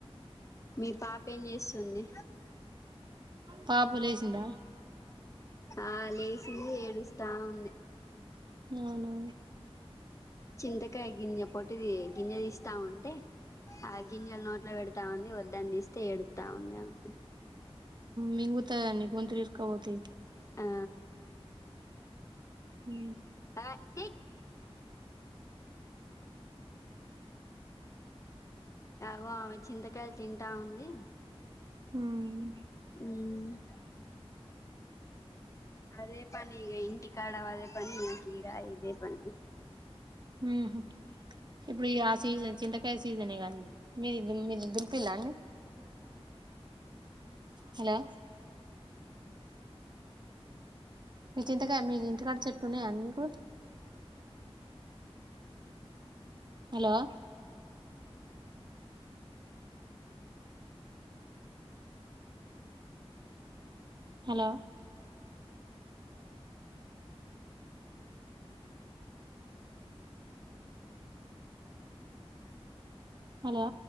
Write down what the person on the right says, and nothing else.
పాప లేసిందా
అవును
మింగుతాదండి గొంతులో ఇరుక్కపోతాయి
హ
మ్మ్
ఉహు ఇప్పుడు ఇగ ఆ సీజన్ చింతకాయ సీజనే కా ఇది మీది మీరు దులిపిల్లా అండి
హలో మీ చింతకాయ మీది ఇంటికాడ చెట్టున్నాయాని మీకు హలో హలో హలో